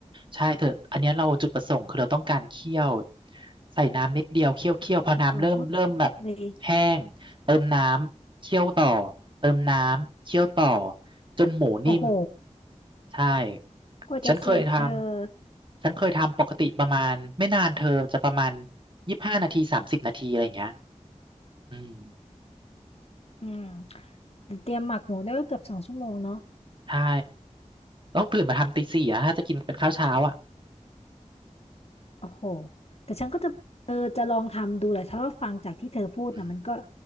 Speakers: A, on the right (about 40°); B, on the left (about 55°).
A: ใช่เธออันเนี้ยเราจุดประสงค์คือเราต้องการเคี่ยวใส่น้ำนิดเดียวเคี่ยวเคี่ยวพอน้ำเริ่มเริ่มแบบ
B: อ้าวปุ๊บเลย
A: แห้งเติมน้ำเคี่ยวต่อเติมน้ำเคี่ยวต่อจนหมูนิ่ม
B: โอ้โห
A: ใช่
B: กว่าจะเสร็จเธอ
A: ฉันเคยทำฉันเคยทำปกติประมาณไม่นานเธอจะประมาณยี่สิบห้านาทีสามสิบนาทีอะไรอย่างเงี้ยอืม
B: อืมเตรียมหมักหมูได้ก็เกือบสองชั่วโมงเนาะ
A: ใช่ต้องตื่นมาทำตีสี่อะถ้าจะกินเป็นข้าวเช้าอ่ะ
B: โอ้โหแต่ฉันก็จะเออจะลองทำดูแหละเพราะว่าฟังจากที่เธอพูดนะมันก็
A: อืม